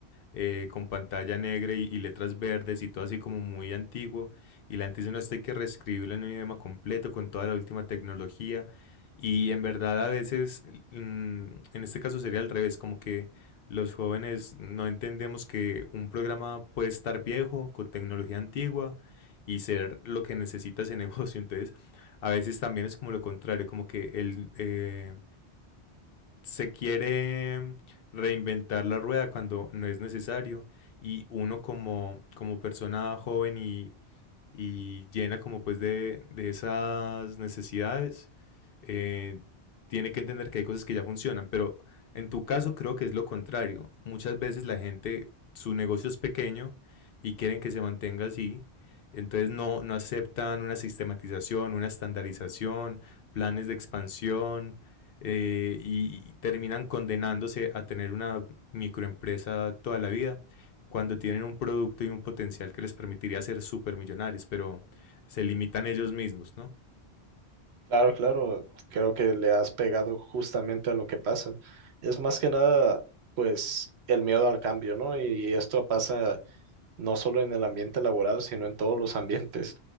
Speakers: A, on the left (about 60°); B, on the right (about 70°).
A: eh, con pantalla negra y, y letras verdes y todo así como muy antiguo. Y la gente dice, no, esto hay que reescribirlo en un idioma completo con toda la última tecnología. Y en verdad a veces, mm, en este caso sería al revés, como que los jóvenes no entendemos que un programa puede estar viejo, con tecnología antigua y ser lo que necesita ese <laughs> negocio. Entonces, a veces también es como lo contrario, como que él eh, se quiere reinventar la rueda cuando no es necesario y uno como, como persona joven y, y llena como pues de, de esas necesidades, eh, tiene que entender que hay cosas que ya funcionan, pero en tu caso creo que es lo contrario. Muchas veces la gente, su negocio es pequeño y quieren que se mantenga así, entonces no, no aceptan una sistematización, una estandarización, planes de expansión eh, y, y terminan condenándose a tener una microempresa toda la vida cuando tienen un producto y un potencial que les permitiría ser supermillonarios, pero se limitan ellos mismos, ¿no?
B: Claro, claro, creo que le has pegado justamente a lo que pasa. Es más que nada pues el miedo al cambio, ¿no? Y esto pasa no solo en el ambiente laboral, sino en todos los ambientes.